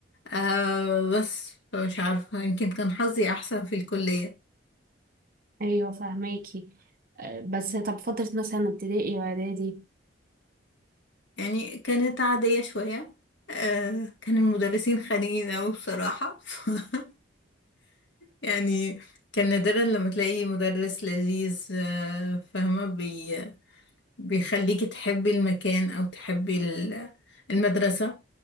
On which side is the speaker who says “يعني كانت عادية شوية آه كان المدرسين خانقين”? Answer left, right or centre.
Left